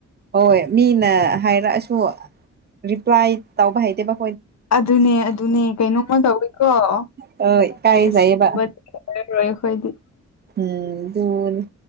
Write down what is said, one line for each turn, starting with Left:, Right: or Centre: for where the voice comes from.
Right: ꯍꯣꯏ ꯃꯤꯅ ꯍꯥꯏꯔꯛꯑꯁꯨ ꯔꯤꯄ꯭ꯂꯥꯏ ꯇꯧꯕ ꯍꯥꯏꯇꯦꯕ
Left: ꯑꯗꯨꯅꯦ ꯑꯗꯨꯅꯦ ꯀꯩꯅꯣꯝꯃ ꯇꯧꯋꯤꯀꯣ
Right: ꯍꯣꯏ
Left: ꯑꯣꯏꯗꯤ
Right: ꯏꯀꯥꯏꯖꯩꯌꯦꯕ ꯎꯝ ꯅꯤ